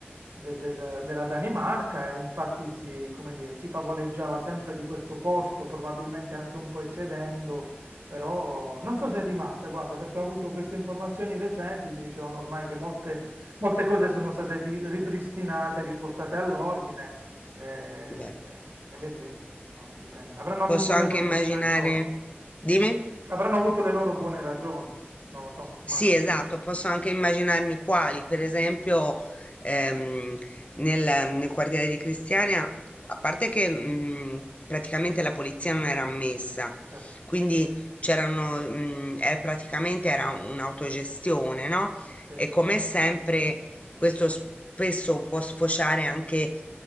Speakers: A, on the right; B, on the left.
A: de- del- della Danimarca e infatti si, come dire, si favoleggiava sempre di questo posto, probabilmente anche un po' eccedendo, però non so se è rimasta, guarda, perché ho avuto queste informazioni recenti, mi dicevano ormai che molte, molte cose sono state ri- ripristinate, riportate all'ordine eh,
B: Beh,
A: e vedremo, no, dipende. Avranno avuto
B: posso
A: le
B: anche
A: loro
B: immaginare.
A: buone ragioni,
B: Dimmi.
A: avranno avuto le loro buone ragioni. Non lo so, immagino.
B: Sì, esatto, posso anche immaginarmi quali, per esempio ehm, nel, nel quartiere di Cristiania, a parte che mh, praticamente la polizia non era ammessa,
A: Certo,
B: quindi c'erano, mh, eh, praticamente era un'autogestione, no?
A: sì,
B: E come sempre questo spesso può sfociare anche